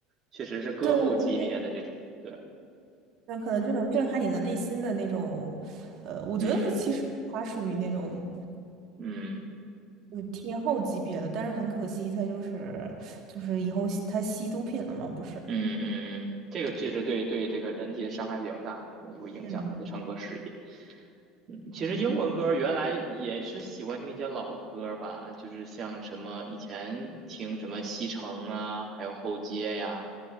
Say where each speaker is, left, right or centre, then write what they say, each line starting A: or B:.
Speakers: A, on the right (about 45°); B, on the right (about 55°).
A: 确实是歌后级别的这种，
B: 对对对，
A: 对，
B: 那可能这种震撼你的内心的那种，呃，我觉得他其实他属于那种。
A: 嗯嗯
B: 就是天后级别的，但是很可惜，他就是就是以后他吸毒品了嘛，不是？
A: 嗯嗯嗯，嗯这个确实对对这个人体的伤害比较大，可能也会影响他的唱歌事业。
B: 嗯。
A: 嗯，其实英文歌原来也是喜欢听一些老歌吧，就是像什么以前听什么西城啊，还有后街呀，